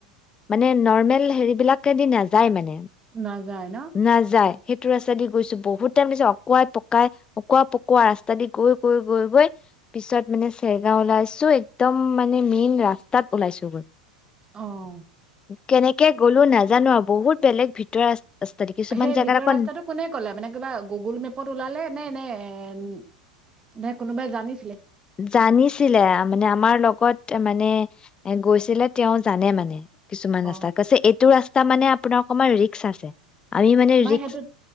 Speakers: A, on the left; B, on the right.
A: মানে নৰ্মেল হেৰিবলাকেদি নাযায় মানে।
B: নাজায় ন?
A: নাযায় সেইটো ৰাস্তা দি গৈছো, বহুত টাইম দিছে, অকাৱাই পকাই অকোৱা পকোৱা ৰাস্তা দি গৈ, গৈ, গৈ, গৈ পিছত মানে চেৰগাঁও ওলাইছো। একদম মানে মেইন ৰাস্তাত ওলাইছো গৈ।
B: অ'
A: কেনেকে গ'লো নাজানো আৰু বহুত বেলেগ ভিতৰ ৰাস্তা। দি কিছুমান
B: সেই
A: জেগাত
B: ভিতৰৰ
A: আকৌ
B: ৰাস্তাটো কোনে ক'লে? মানে কিবা গুগুল মেপত ওলালে নে? নে-নে? নাই কোনোবাই জানি
A: জানিছিলে মানে আমাৰ লগত মানে গৈ, ছিলে তেওঁ জানে মানে। কিছুমান
B: অ
A: ৰাস্তা, কৈছে এইটো ৰাস্ ৰাস্তা মানে আপোনাৰ অকনমান ৰি্স্ক আছে। আমি
B: মানে
A: ৰিক্স
B: সেইটোত,